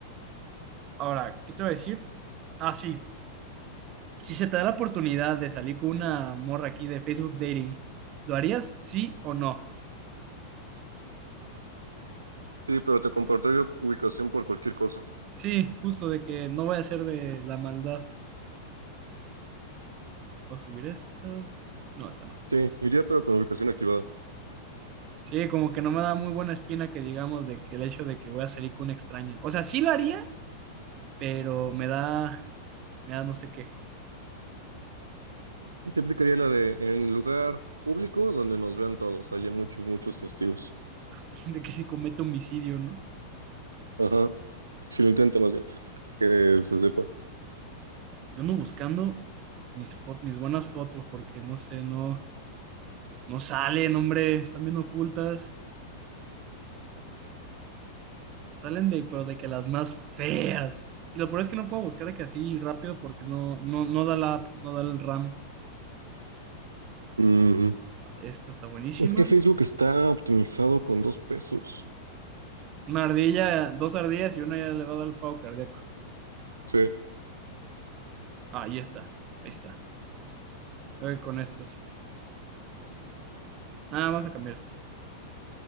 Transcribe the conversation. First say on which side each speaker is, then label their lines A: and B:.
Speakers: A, on the right; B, on the right.
A: Ahora, ¿qué te voy a decir? Ah, sí, si se te da la oportunidad de salir con una morra aquí de Facebook Dating, ¿lo harías sí o no?
B: Sí, pero te compartiría ubicación por cualquier cosa.
A: Sí, justo de que no vaya a ser de la maldad. Voy a subir esto. No, esto no.
B: Sí, iría pero con ubicación activada.
A: Sí, como que no me da muy buena espina que digamos de que el hecho de que voy a salir con un extraño. O sea, sí lo haría, pero me da, me da no sé qué,
B: Y te aplicaría la de en lugar público donde nos vean todos, haya muchos, muchos testigos.
A: <laughs> de que si cometo homicidio, ¿no?
B: Ajá. Si lo intenta más bien, que se sepa.
A: Yo ando buscando mis fo- mis buenas fotos porque no sé, no, no salen, hombre, están bien ocultas. Salen de, pero de que las más feas. Y lo peor es que no puedo buscar de que así rápido porque no, no, no da la app, no da el RAM.
B: Ujú.
A: Ah, Esta está buenísima.
B: Es que Facebook está optimizado con dos pesos.
A: Una ardilla, dos ardillas y una ya le va a dar el pavo cardíaco.
B: Sí,
A: Ah, ahí está, ahí está. eh, con estas. Nada, vamos a cambiar esto.